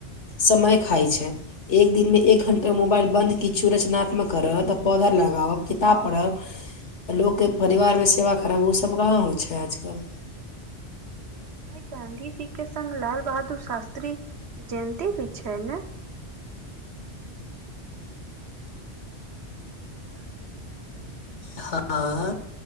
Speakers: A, on the left (about 80°); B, on the right (about 65°).
A: समय खाइत छै एक दिनमे एक घण्टा मोबाइल बन्द किछु रचनात्मक करय तऽ पौधा लगाब किताब पढ़ब लोकके परिवार मे सेवा क अब उसब कहाँ होइ छै आजकल
B: आइ गांधी जी के संग लाल बहादुर शास्त्री जयन्ती होइ छै ने <inaudible>
A: हँ